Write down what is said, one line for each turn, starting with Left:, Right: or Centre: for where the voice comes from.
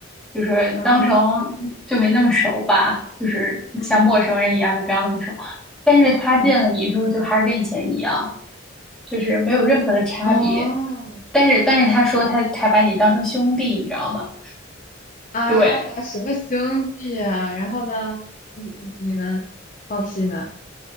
Centre: 就是当成
Left: 然后呢，
Centre: 就没那么熟吧，就是像陌生人一样，
Left: 嗯，所以，
Centre: 就不要那么熟。但是他见了你之后，
Left: 嗯，
Centre: 就还是跟以前一样。就是没有任何的差别。
Left: 哦，
Centre: 但是，但是他说他他把你当成兄弟，你知道吗？
Left: 啊，
Centre: 对，
Left: 什么兄弟呀、然后呢，你你你们好奇呢，